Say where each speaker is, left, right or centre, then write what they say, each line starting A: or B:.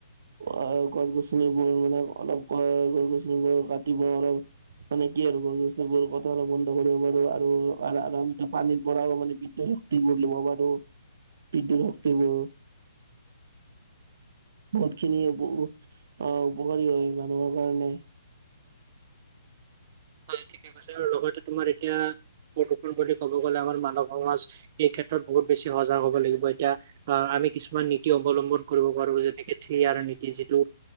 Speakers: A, on the right; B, on the right.
A: অ গছ গছনিবোৰ মানে অলপ গছ গছনিবোৰ কাটিব অলপ। মানে কি আৰু গছ গছ বোৰ কথা অলপ বন্ধ কৰিব পাৰো আৰু আমিতো পানীৰ পৰাও মানে বিদ্যুত। শক্তি বলোবাৰো বিদ্যুত শক্তি ব। বহুত খিনি আহ উপকাৰী হয় মানুহৰ কাৰণে।
B: হয় ঠিকে কৈছে আৰু লগতে তোমাৰ এতিয়া। প্ৰদূষণ বুলি ক'ব গ'লে আমাৰ মানৱ সমাজ এই ক্ষেত্ৰত বহুত বেছি সজাগ হব লাগিব এতিয়া আ। আমি কিছুমান নীতি অৱলম্বন কৰিব পাৰো যেনেকে থ্ৰআৰ নীতি যিটো।